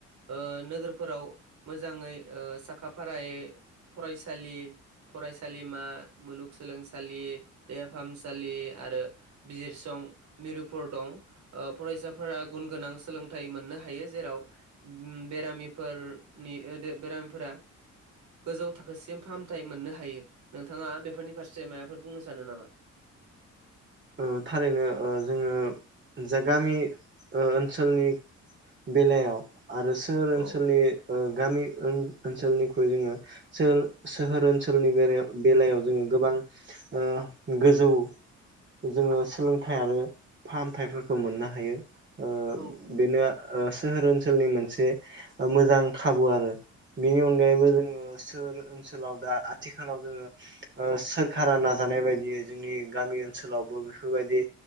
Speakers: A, on the right; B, on the right.
A: ओ नोगोरफोराव मोजाङै ओ साखा फारायै फरायसालि फरायसालिमा मुलुगसोलोंसालि देहा फाहामसालि आरो बिजिरसं सं मिरुफोर दं ओब फरायसाफोरा गुन गोनां सोलोंथाइ मोननो हायो जेराव अम बेरामिफोरनि ओ दो बेरामिफोरा गोजौ थाखोसिम फाहामथाय मोननो हायो नोंथाङा बेफोरनि फारसे मायबाफोर बुंनो सानो नामा? <inaudible>
B: ओ थारैनो ओ जोङो जा गामि ओ ओनसोलनि बेलायाव आरो सोहोर
A: औ
B: ओनसोलनि ओ गामि ओन ओनसोलनिख्रुइ जोङो सोहोल सोहोर ओनसोलनि बेरायाव बेलायाव जोङो गोबां ओ गोजौ
A: <inaudible>
B: जोङो सोलोंथाइ आरो फाहामथाइफोरखौ मोननो हायो ओ
A: औ
B: बेनो आ ओ सोहोर ओनसोलनि मोनसे ओ मोजां खाबु आरो। बेनि अनगायैबो जोङो सोहोर ओनसोलाव दा आथिखालाव जोङो ओ सोरखारा नाजा जानाय बायदियै जोंनि गामि ओनसोलावबो बेफोरबायदि